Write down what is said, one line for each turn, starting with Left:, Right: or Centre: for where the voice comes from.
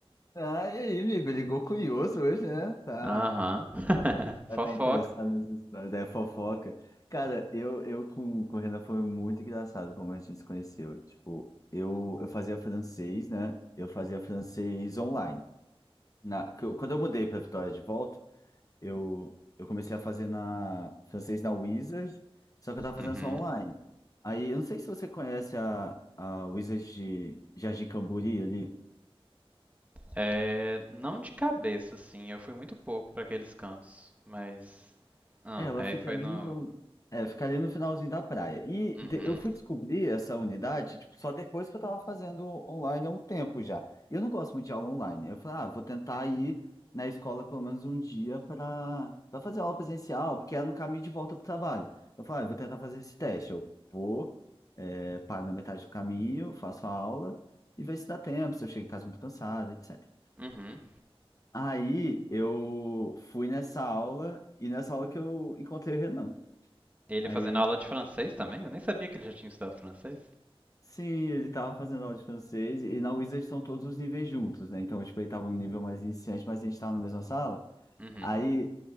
Left: Ah, e aí, amigo? Ligou curioso hoje, né? Tá,
Right: Aham, <laughs>
Left: tá tá
Right: fofoca.
Left: interessado nessa história, é fofoca. Cara, eu, eu com, com o Renan foi muito engraçado como a gente se conheceu. Tipo, eu, eu fazia francês, né? Eu fazia francês online. Na, que eu- quando eu mudei pra Vitória de volta, eu, eu comecei a fazer na, francês na Wizard, só que eu tava fazendo
Right: Uhum.
Left: só online. Aí, eu não sei se você conhece a, a Wizard de Jardim Camburi ali.
Right: É, não de cabeça, assim, eu fui muito pouco pra aqueles cantos, mas... Ah,
Left: É, Ela
Right: aí
Left: fica
Right: foi
Left: ali
Right: no...
Left: no, é, fica ali no finalzinho da praia. E
Right: Uhum,
Left: de- eu fui descobrir essa unidade, tipo, só depois que eu tava fazendo online há um tempo já. E eu não gosto muito de aula online. Eu falei, ah, vou tentar ir na escola pelo menos um dia para para fazer aula presencial, porque é no caminho de volta pro trabalho. Eu falei, ah, eu vou tentar fazer esse teste. Eu vou, é, paro na metade do caminho, faço a aula e vejo se dá tempo, se eu chego em casa muito cansado, etc.
Right: uhum.
Left: Aí eu fui nessa aula e nessa aula que eu encontrei o Renan.
Right: E Ele
Left: Aí,
Right: fazendo aula de francês também? Eu nem sabia que ele já tinha estudado francês.
Left: sim, ele tava fazendo aula de francês e na Wizard são todos os níveis juntos, né? Então, tipo, ele tava no nível mais iniciante, mas a gente tava na mesma sala.
Right: Uhum.
Left: Aí,